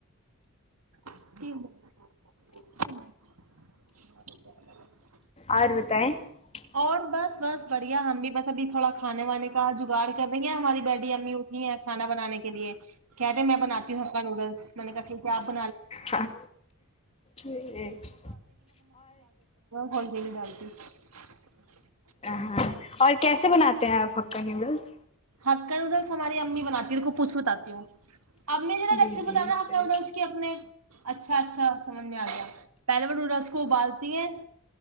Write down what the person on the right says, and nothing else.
<inaudible>
اور بس بس بڑھیا ہم بھی بس ابھی تھوڑا کھانے وانے کا جگاڑ کر رہی ہیں ہماری بیڈی امی اٹھی ہیں کھانا بنانے کے لیے <unintelligible> کیاتےے میں بناتی ہوں ہکا نوڈلس میں نے کہا ٹھیک ہےپ
<unintelligible> ہ ڈ <inaudible> نہیں ڈالتی <inaudible>
ہکن ادھر ت ہماری امی بناتی ہے کو پوھ بتاتی ہوں <unintelligible> اب مجھے نا
ریسیپ
بتانا ہ
نوڈلس کے اپنے <unintelligible> اچھا اچھا <unintelligible> سمج میں آ گیا پہلے وہ نوڈلس کو ابالتی ہیں